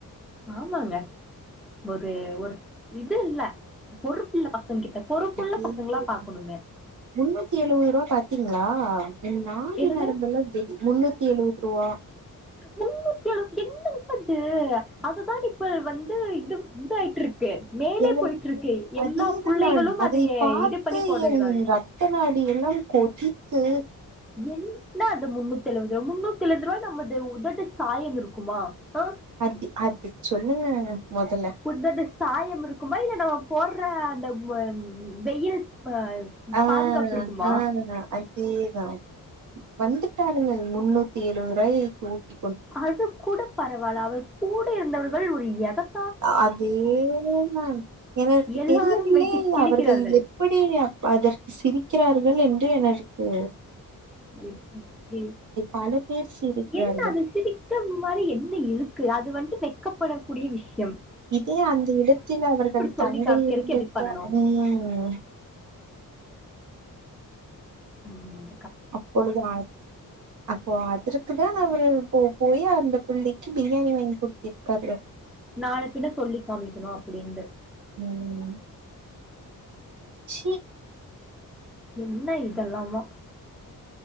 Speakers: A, in the centre; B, on the right.
A: ஆமாங்க ஒரு ஒரு இது இல்ல பொறுப்புள்ள பசங்க கிட்ட பொறுப்புள்ள
B: <inaudible>
A: பசங்களா பாக்கணுங்க
B: முன்னூத்தி எழுவதுருவா பாத்தீங்ளா ஆ என் நாடி
A: எனது
B: நரம்பெல்லாம் <unintelligible> முன்னூத்தி எழுவ துருவா
A: முன்னூத்தி எழுவத் எந்த அது அதுதான் இப்ப வந்து இது இதாயிட்ருக்கு மேலே
B: எனக்கு
A: போயிட்ருக்கு எல்லா
B: அதேதான்
A: புள்ளைகளும்
B: அதை
A: அதைய
B: பார்த்து
A: இது பண்ணி போடுகிறாள்
B: என் ரத்த நாடி எல்லாம் கொதித்து
A: என்ன அந்த முன்னூத் தெழுவது முன்னூத்தி எழுவது ருவாய் நம்மது உதட்டு சாயம் இருக்குமா ஆ
B: அதி அது சொல்லுங்கங்க மொதல்ல
A: உன்னோட சாயம் இருக்குமா இல்ல நம்ம போர்ற அந்த வ வெயில் ஆ
B: ஆ
A: பாதுகாப்பு இருக்குமா
B: அ அதுதா அதேதா வந்து ட்டாளுங்கள் முன்னூத்தி எழுவதுருவாயை தூக்கி
A: அதுக் கூட பரவாயில்ல அவள் கூட இருந்தவர்கள் ஒரு எதக்
B: அதே நான் எனர்க்கு
A: எல்லாரும்
B: தெரியவில்லை
A: வைத்து கிழிக்கிறார்கள்
B: அவர்கள் எப்படி அப் அதற்கு சிரிக்கிறார் கள் என்று எனர்க்கு
A: ப் ப்பிடி
B: பல பேர் சிரிக்கிறார்கள்.
A: என்ன அது சிரிக்க மாரி என்ன இருக்கு அது வந்து வெக்கபடக்கூடிய விஷ்யம்
B: இதே அந்த இடத்தில் அவர்கள்
A: சொல்லி
B: தங்கை
A: காமிக்கிறதுக்கு
B: இருந்திருந்தா
A: எதுக்கு பண்ணணும்
B: ம்
A: ம்
B: அப்பொழுது நா அப் அப்போ அதிரு க்குதா அவரு போ போயி அந்த புள்ளைக்கு பிரியாணி வாங்கி குடுத்திருக்காரு
A: நாள பின்ன சொல்லி காமிக்கணு அப்படின்டு
B: ம். ச்சீ
A: என்ன இதெல்லாமோ